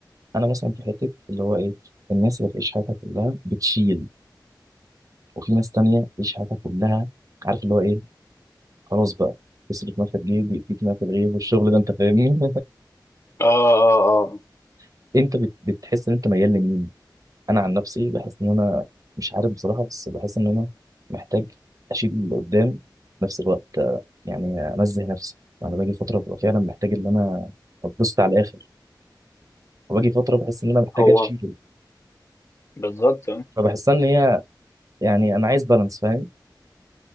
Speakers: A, on the right; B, on the left.
A: انا مثلا في حته اللي هو ايه الناس اللي بتعيش حياتها كلها بتشيل وفي ناس تانية بتعيش حياتها كلها عارف اللي هو ايه خلاص بقى تصرف ما في الجيب يأتيك ما في الغيب والشغل ده انت فاهمني
B: اه اه اه
A: <laughs> انت بت- بتحس ان انت ميال لمين انا عن نفسي بحس ان انا مش عارف بصراحه بس بحس ان انا محتاج اشيل اللي قدام في نفس الوقت آه، يعني انزه نفسي انا باجي فتره ببقى فعلا محتاج ان انا اتبسط على الاخر وباجي فتره بحس ان انا محتاج
B: هو
A: اشيل
B: بالظبط اه.
A: فبحس ان هي يعني انا عايز بالانس فاهم